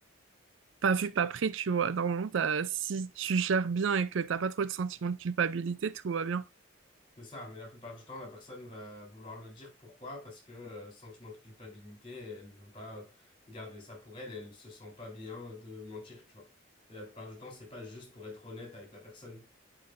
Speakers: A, on the right; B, on the left.
A: pas vu, pas pris, tu vois. Normalement, t'as- si tu gères bien et que t'as pas trop de sentiment de culpabilité, tout va bien.
B: C'est ça, mais la plupart du temps, la personne va vouloir le dire. Pourquoi? Parce que euh, sentiment de culpabilité, elle veut pas euh, garder ça pour elle, elle se sent pas bien de mentir, tu vois. Et la plupart du temps, c'est pas juste pour être honnête avec la personne.